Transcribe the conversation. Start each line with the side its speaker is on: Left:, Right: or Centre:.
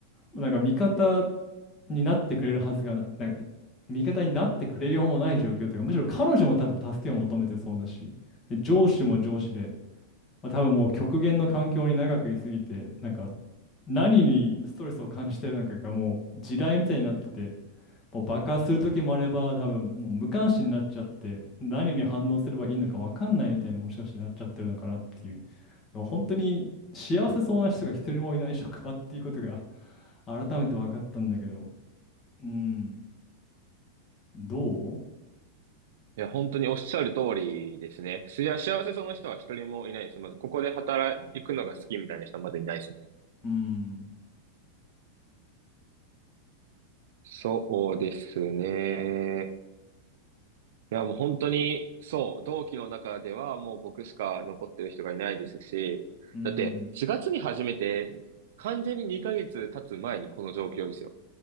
Left: なんか、味方になってくれるはずがな、なんか、味方になってくれようもない状況というか、むしろ彼女も多分助けを求めてそうだし、で、上司も上司で、まあ、多分もう極限の環境に長くいすぎて、なんか何にストレスを感じてるのかがもう地雷みたいになってて、もう爆発する時もあれば、多分もう無関心になっちゃって、何に反応すればいいのか分かんないみたいにもしかしたらなっちゃってるのかなっていう、だから本当に幸せそうな人が一人もいない職場っていうことが改めて分かったんだけど、うん、どう
Right: や、本当におっしゃる通りですね。しや、幸せそうな人は一人もいないです。まず、ここで働くのが好きみたいな人はまずいないですね。
Left: うん、
Right: そうですね。いや、もう本当に、そう、同期の中ではもう僕しか残ってる人がいないですし、
Left: うん。
Right: だって4月に始めて、完全に2ヶ月経つ前にこの状況ですよ。